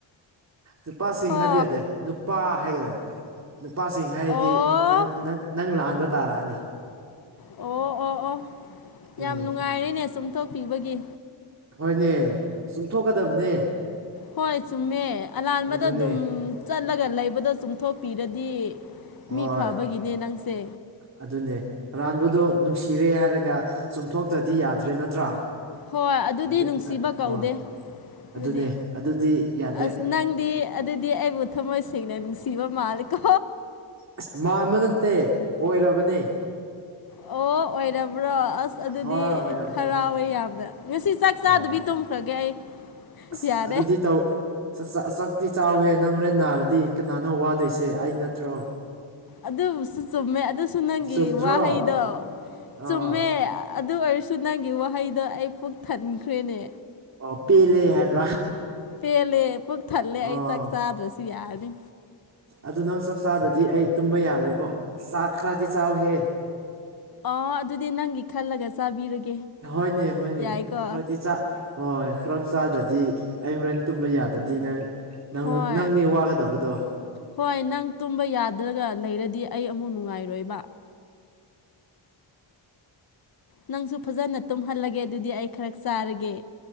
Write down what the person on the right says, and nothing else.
ꯅꯨꯄꯥꯁꯤꯡ
ꯍꯥꯏꯕ ꯌꯥꯗꯦ ꯅꯨꯄꯥ ꯍꯥꯏꯒꯗꯕ ꯅꯨꯄꯥꯁꯤꯡ ꯍꯥꯏꯔꯗꯤ
ꯅꯪ ꯅꯪ ꯅꯪ ꯂꯥꯟꯕ ꯇꯥꯔꯛꯑꯅꯤ
ꯎꯝ
ꯍꯣꯏꯅꯦ ꯆꯨꯝꯊꯣꯛꯀꯗꯕꯅꯦ
ꯑꯗꯨꯅꯦ
ꯍꯣꯏ
ꯑꯗꯨꯅꯦ ꯑꯔꯥꯟꯕꯗꯣ ꯅꯨꯡꯁꯤꯔꯦ ꯍꯥꯏꯔꯒ ꯆꯨꯝꯊꯣꯛꯇ꯭ꯔꯗꯤ ꯌꯥꯗ꯭ꯔꯦ ꯅꯠꯇ꯭ꯔꯥ
ꯑꯗꯨ
ꯍꯣꯏ
ꯑꯗꯨꯅꯦ ꯑꯗꯨꯗꯤ ꯌꯥꯗꯦ
ꯑꯁ ꯃꯥꯟꯕ ꯅꯠꯇꯦ ꯑꯣꯏꯔꯕꯅꯦ
ꯍꯣꯏ ꯑꯣꯏꯔꯕꯅꯦ
ꯑꯣ
ꯑꯁ
ꯑꯗꯨꯗꯤ ꯇꯧ ꯆꯥ ꯆꯛꯇꯤ ꯆꯥꯎꯍꯦ ꯅꯪ ꯍꯣꯔꯦꯟ ꯅꯥꯔꯗꯤ ꯀꯅꯥꯅꯣ ꯋꯥꯗꯣꯏꯁꯦ ꯑꯩ ꯅꯠꯇ꯭ꯔꯣ
ꯆꯨꯝꯗ꯭ꯔꯣ
ꯑꯥ
ꯑꯣ ꯄꯦꯜꯂꯤ ꯍꯥꯏꯕ꯭ꯔꯥ
ꯑꯣ
ꯑꯗꯨ ꯅꯪ ꯆꯥꯛꯆꯥꯗꯗꯤ ꯑꯩ ꯇꯨꯝꯕ ꯌꯥꯔꯣꯏꯕꯣ ꯆꯥꯛ ꯈꯔꯗꯤ ꯆꯥꯎꯍꯦ
ꯍꯣꯏꯅꯦ ꯍꯣꯏꯅꯦ
ꯈꯔꯗꯤ ꯆꯥꯛ ꯍꯣꯏ ꯈꯔ ꯆꯥꯗ꯭ꯔꯗꯤ ꯑꯩ ꯍꯣꯔꯦꯟ ꯇꯨꯝꯕ ꯌꯥꯗ꯭ꯔꯗꯤ ꯅꯪ ꯅꯪ
ꯅꯪꯅꯦ ꯋꯥꯒꯗꯕꯗꯣ